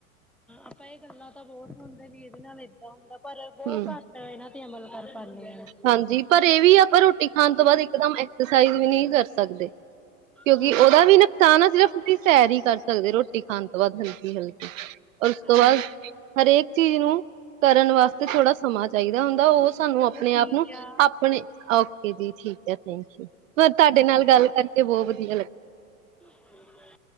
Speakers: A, in the centre; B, on the right.
A: ਆਪਾਂ ਇਹ ਗੱਲਾਂ ਤਾਂ ਵੋਟ ਪਾਉਂਦੇ ਵੀ ਇਹਦੇ ਨਾਲ ਇਦਾਂ ਹੁੰਦਾ ਪਰ ਬਹੁਤ
B: ਹਮ
A: ਘੱਟ ਇਹਨਾਂ ਤੇ ਅਮਲ ਕਰ ਪਾਉਦੀ
B: ਹਾਂਜੀ ਪਰ ਇਹ ਵੀ ਆ ਪਰ ਰੋਟੀ ਖਾਣ ਤੋਂ ਬਾਅਦ ਇਕਦਮ ਐਕਸਰਸਾਈਜ਼ ਵੀ ਨਹੀਂ ਕਰ ਸਕਦੇ ਕਿਉਂਕਿ
A: ਹਮ
B: ਉਹਦਾ ਵੀ ਨੁਕਸਾਨ ਆ ਸਿਰਫ ਦੀ ਸੈਰ ਹੀ ਕਰ ਸਕਦੇ ਰੋਟੀ ਖਾਣ ਤੋਂ ਬਾਅਦ ਉਸ ਤੋਂ
A: ਹਾਂਜੀ
B: ਬਾਅਦ ਹਰੇਕ ਚੀਜ਼ ਕਰਨ ਵਾਸਤੇ ਥੋੜਾ ਸਮਾਂ ਚਾਹੀਦਾ ਹੁੰਦਾ ਉਹ ਸਾਨੂੰ
A: ਚਲੋ
B: ਆਪਣੇ
A: ਠੀਕ
B: ਆਪ ਨੂੰ
A: ਆ
B: ਆਪਣੇ ਓਕੇ ਜੀ ਠੀਕ ਹ ਥੈਂਕ ਯੂ ਤੁਹਾਡੇ ਨਾਲ ਗੱਲ ਕਰਕੇ ਬਹੁਤ ਵਧੀਆ ਲੱਗੀ
A: ਤੁਸ ਔ ਲੇਈ